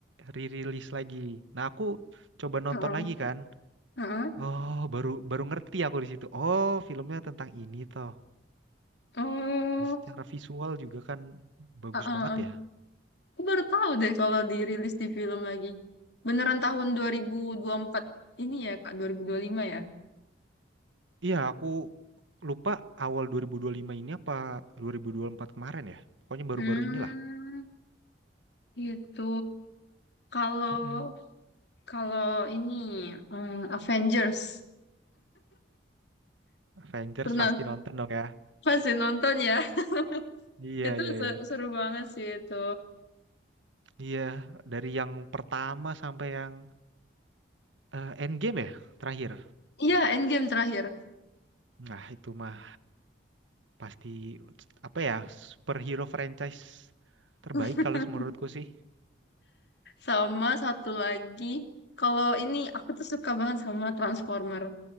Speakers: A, on the right; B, on the left.
A: re-release lagi. Nah, aku coba nonton
B: heeh,
A: lagi kan.
B: heeh.
A: Oh, baru baru ngerti aku di situ. Oh, filmnya tentang ini toh.
B: Oh,
A: Dan secara visual juga kan bagus
B: heeh,
A: banget
B: heeh.
A: ya.
B: Aku baru tahu deh kalau dirilis di film lagi. Beneran tahun dua ribu dua ribu empat ini ya, Kak, 2025 ya.
A: Iya, aku lupa awal 2025 ini apa 2024 kemarin ya. Pokoknya baru-baru
B: Hmm,
A: inilah.
B: gitu. Kalau
A: Mm-mm.
B: kalau ini hmm, Avengers
A: Avengers
B: pernah
A: pasti nonton dong ya.
B: pasti nonton ya. <laughs>
A: Iya,
B: Itu
A: iya,
B: se-
A: iya.
B: seru banget sih itu.
A: Iya, dari yang pertama sampai yang eh, Endgame ya terakhir.
B: Iya, Endgame terakhir.
A: Nah, itu mah pasti apa ya superhero franchise terbaik
B: <laughs>
A: kalau menurutku sih.
B: Sama satu lagi, kalau ini aku tuh suka banget sama Transformer.